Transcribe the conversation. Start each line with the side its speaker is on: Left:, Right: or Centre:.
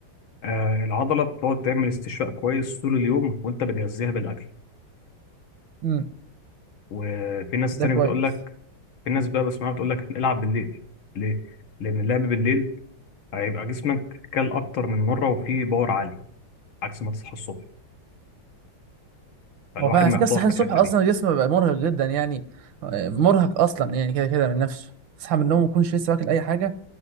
Left: آه، العضله بتقعد تعمل استشفاء كويس طول اليوم وانت بتغذيها بالاكل
Right: امم
Left: وفي ناس
Right: ده
Left: تانية
Right: كويس
Left: بتقول لك في ناس بقى بسمعها بتقول لك العب بالليل ليه لان اللعب بالليل هيبقى جسمك كل اكتر من مره وفيه باور عالي عكس ما تصحى الصبح فالواحد
Right: هو فعلا على
Left: محتار
Right: فكره الصحيان
Left: في
Right: الصبح
Left: الحتة
Right: اصلا
Left: دي
Right: الجسم بيبقى مرهق جدا يعني آه، مرهق اصلا يعني كده كده من نفسه تصحى من النوم ما تكونش لسه واكل اي حاجه